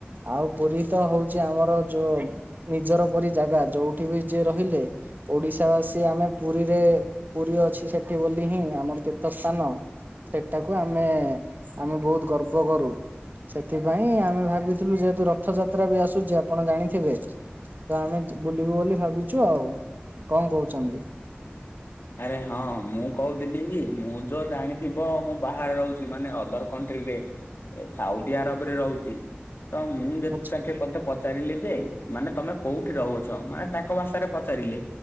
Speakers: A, on the right; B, on the left.
A: ଆଉ ପୁରୀ ତ ହଉଚି ଆମର ଯୋଉ ନିଜର ପରି ଜାଗା ଯୋଉଠି ବି ଯିଏ ର ହିଲେ ଓଡ଼ିଶା ବାସୀ ଆମେ ପୁରୀରେ ପୁରୀ ଅଛି ସେଠି ବୋଲି ହିଁ ଆମର ତୀର୍ଥ ସ୍ଥାନ। ସେଟାକୁ ଆମେ ଆମେ ବହୁତୁ ଗର୍ବ କରୁ। ସେଥିପାଇଁ ଆମେ ଭାବିଥିଲୁ ଯେହେତୁ ରଥଯାତ୍ରା ବି ଆସୁଚି ଆପଣ ଜାଣିଥିବେ। ତ ଆମେ ଜି ବୁଲିବୁ ବୋଲି ଭାବିଚୁ ଆଉ କଣ କହୁଛନ୍ତି?
B: ଆରେ ହଁ ମୁଁ କହୁଥିଲି କି ମୁଁ ଯୋଉ ଜାଣିଥିବ ମୁଁ ବାହାରେ ରହୁଛି ମାନେ ଅଦର କଣ୍ଟ୍ରିରେ। ଏ ସାଉଦି ଆରବରେ ରହୁଛି ତ ମୁଁ ଯେତେ
A: ଆଚ୍ଛା
B: ଚାକେ ମତେ ପଚାରିଲେ ଯେ ମାନେ ତମେ କୋଉଠି ରହୁଆଛ ମାନେ ତାଙ୍କ ଭାଷାରେ ପଚାରିଲେ।